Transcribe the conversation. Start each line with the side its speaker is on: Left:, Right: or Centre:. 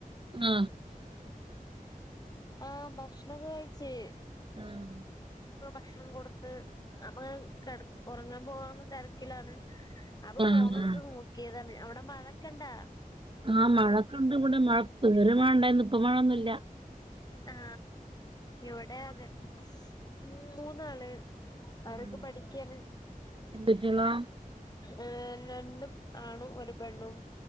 Right: ആ
Left: ആ ഭക്ഷണക്കെ കഴിച്
Right: ഉം
Left: ഭക്ഷണം കൊടുത്ത് അപ്പ ഉറങ്ങാൻ പോകുന്ന തിരക്കിലാണ് അപ്പൊ
Right: ആഹ്
Left: ഫോണ എടുത്ത്
Right: ആഹ്
Left: നോക്കിയതാണ് അവിടെ മഴൊക്കെ ഇണ്ടാ
Right: ആ മഴക്കുണ്ട ഇവിടെമഴ പെരുമഴ ണ്ടായിന്ന് ഇപ്പ മഴയൊന്നുംല്ല
Left: ആ ഇവിടെ അതെ ഉ മൂന്നാള് ആരൊക്കെ
Right: ആഹ്
Left: പഠിക്കാന്
Right: എന്ത് കുട്ടികളാ
Left: ഏ രണ്ട് ആണ് ഒരു പെണ്ണും